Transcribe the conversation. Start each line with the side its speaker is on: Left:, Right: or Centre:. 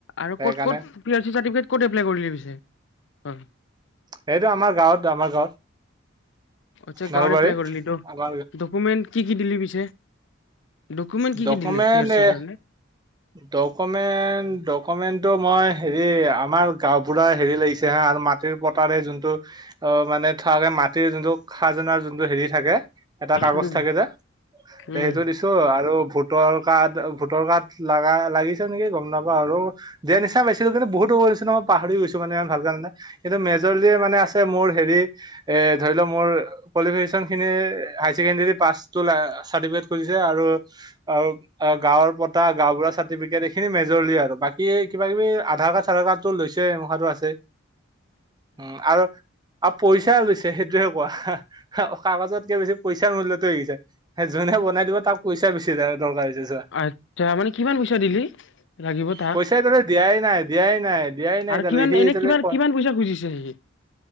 Left: আৰু
Right: সেইকাৰণে
Left: ক'ত ক'ত, পি-আৰ-চি চাৰ্টিফিকেট ক'ত এপ্লাই কৰিলি পিছে? হয়
Right: সেইটো আমাৰ গাঁৱত, আমাৰ গাঁৱত।
Left: আচ্ছা
Right: নলবাৰী
Left: গাঁৱত এপ্লাই কৰিলি তো।
Right: আমাৰ
Left: ডকুমেণ্ট কি কি দিলি পিছে? ডকুমেণ্ট কি
Right: ডকুমেণ্ট
Left: কি দিলি পি আৰ চিৰ
Right: এ,
Left: কাৰণে
Right: ডকুমেণ্ট-ডকুমেণ্ট টো মই হেৰি আমাৰ গাওঁবোৰা হেৰি লাগিছে হা, আৰু মাতিৰ পতাৰে যুনতো মানে <unintelligible> খাযনা যুনতো থাকে, এটা কাগজ
Left: উম
Right: থাকে যে, সেইটো
Left: উম
Right: দিছো আৰু ভোতৰ কাথ, ভোটৰ কাথ লাগা লাগিছে নেকি গম নাপাও আৰু, দিয়া নিচনা পাইছিলো কিন্তু বহুত হময় হৈছে ন পাহৰি গৈছো মানে, ভাল কামে, কিন্তু মেজৰলি মানে আছে মোৰ হেৰি, এ ধৰি ল মোৰ কোৱালিফিকেচন খিনি, হাইচেকেনণ্ডৰী পাছটু, চাৰ্টিফিকেটতো খুজিছে আৰু আৰু গাঁৱত পতা, গাঁও বু়ঢ়াৰ চাৰ্টিফিকেট এইখিনি মেজৰলি, আৰু বাকী কিবা কিবি আধাৰ কাৰ্ড চাধাৰ কাৰ্ডটো লৈছে সেইমোখাটো আছে। উম আৰু পইচা লৈছে সেইটোহে কোৱা, কাগজতকে বেছি পইচাৰ মূল্যতটো লাগিছে, যোনে বনাই দিব তাক পইচা বেছি যায় আৰু দৰকাৰী <unintelligible>
Left: আচ্ছা মানে কিমান পইচা দিলি লাগিব তাক
Right: পইচা এতিয়ালৈকে দিয়াই নাই, দিয়াই নাই, দিয়াই নাই,
Left: আৰু
Right: এতিয়ালৈকে,
Left: কিমান
Right: সি
Left: এনে
Right: এতিয়ালৈকে,
Left: কিমান কিমান পইচা খুজিছে সি